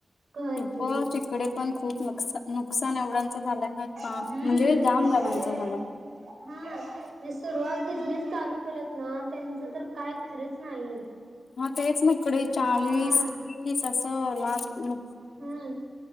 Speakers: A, on the right; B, on the left.
A: कहर
B: ह
A: केली
B: प तिकडे पण खूप नकसा नुकसान एवढ्यांच झालंय ना?
A: हम्म
B: म्हणजे जाम
A: जे
B: <unintelligible>
A: हा. सुरुवात बिझनेस चालू केलात ना? त्यांचं तर काय खरंच नाही आता.
B: हा तेच न इकडे चाळीस,
A: हा
B: वीस असं लाखक-
A: हम्म.